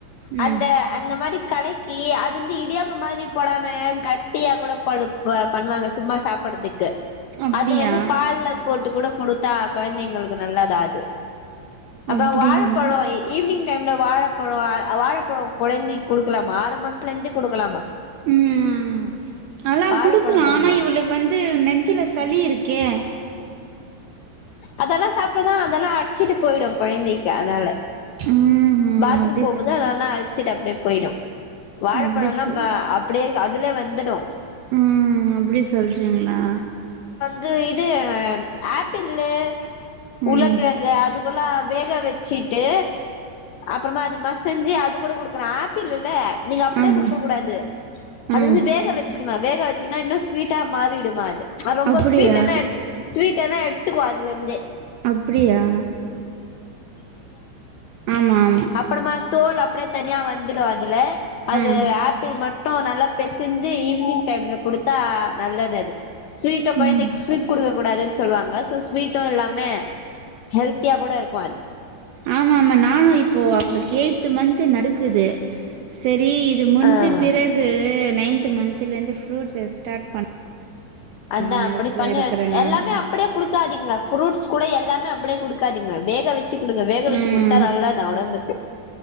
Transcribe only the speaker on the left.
அந்த அந்த மாரி கலக்கி அது வந்து இடியாப்ப மாரி போடாம கட்டியா கூட பண் பண்ணுவாங்க சும்மா சாப்படுறதுக்கு
அது வந்து பால்ல போட்டு கூட கொடுத்தா குழந்தைகளுக்கு நல்லதா அது அப்பற
வாழப்பழம் ஈவினிங் டைம்ல வாழப்பழோ அ வாழப்பழம் குழந்தைக்கு குடுக்கலாமா ஆறு மாசத்துல இருந்தே குடுக்கலாமா
வாழப்பழோ
குடுங்க
அதெல்லா சாப்பிடுதா அதெல்லா அடிச்சிட்டு போயிடும் கொழந்தைக்கி க்கு அதனால
பாத்ரூம்
போகுது அதனால ச்சிட்டு அப்படியே போயிடும் வாழப்பழம்லா
இப்ப அப்டியே அதுல வந்துடும்
இது இது ஆப்பிள்லு
உருளக்கெழங்கு அது ல்லா வேக வச்சுட்டு அப்புறமா அதை மசஞ்சு அதை கூட கொடு ஆப்பிள் இல்ல நீங்க அப்படியே
குடுக்க கூடாது அது
வந்து வேக வச்சு வேக வச்சீங்கன்னா இன்னும் ஸ்வீட்டா மாறிடுமா அது ரொம்ப
ஸ்வீட் என்ன ஸ்வீட் என்ன <unintelligible>
அப்பறமா தோல் அப் தனியா வந்துரு அது ல அது
ஆப்பிள் மட்டும் நல்லா பெசந்து ஈவினிங் டைம்ல கொடுத்தா நல்லது அது ஸ்வீட் குழந்தைக்கு
ஸ்வீட் கொடுக்ககூடாது சொல்லுவாங்க சோ ஸ்வீட்டும் எல்லாமே ஹெல்த்தியா கூட இருக்கும் அது
ஆ
அதான்
அப்படி
பண்ணு
எல்லாமே அப்படியே குடுக்காதீங்க ஃப்ரூட்ஸ் கூட எல்லாமே அப்படியே கொடுக்காதீங்க வேக வச்சு குடுங்க வேக வச்சு
குடுத்தா நல்லா தான் உடம்புக்கு